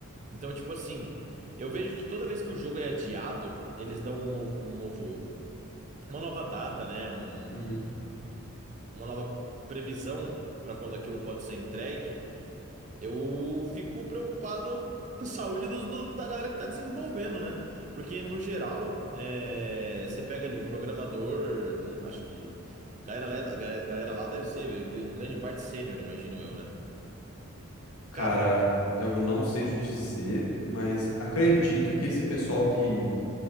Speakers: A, on the right (about 35°); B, on the left (about 75°).
A: Então, tipo assim, eu vejo que toda vez que o jogo é adiado, eles dão um novo, um novo- uma nova data, né? um-
B: uhum.
A: um- uma nova previsão pra quando aquilo pode ser entregue. Eu fico preocupado com a saúde dos- do- da galera que está desenvolvendo, né? Porque, no geral, é, você pega ali um programador, um- acho que a galera, le- a ga- galera lá deve ser, em gr- em grande parte, sênior, imagino eu, né?
B: Cara,
A: Cara.
B: eu não sei te dizer, mas acredito que esse pessoal que